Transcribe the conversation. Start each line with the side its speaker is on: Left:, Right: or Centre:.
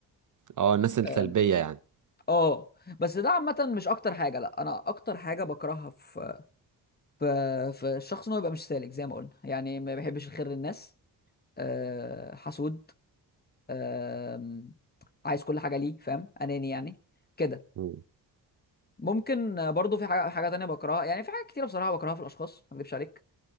Right: اه الناس السلبية
Left: آه،
Right: يعني
Left: اه بس ده عامة مش أكتر حاجة لأ أنا أكتر حاجة بكرهها في في في الشخص إن هو يبقى مش سالك زي ما قلنا يعني ما بيحبش الخير للناس أه حسود أه عايز كل حاجة ليه فاهم أناني يعني كده
Right: مم.
Left: ممكن آه، برضو في حاجة حاجة تانية بكرهها يعني في حاجات كتيرة بصراحة بكرهها في الأشخاص ما أكذبش عليك